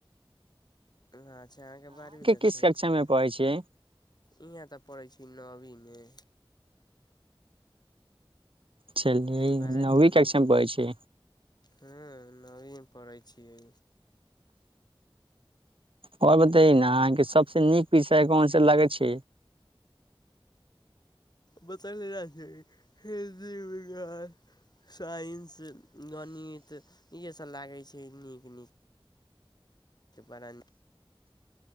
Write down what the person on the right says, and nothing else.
किस
मे पढ़ै छियै
छेलियै
नौवी
कक्षामे पढ़ै छियै
आओर बतइ न अहाँके सबस नीक विषय कोन से लगे छै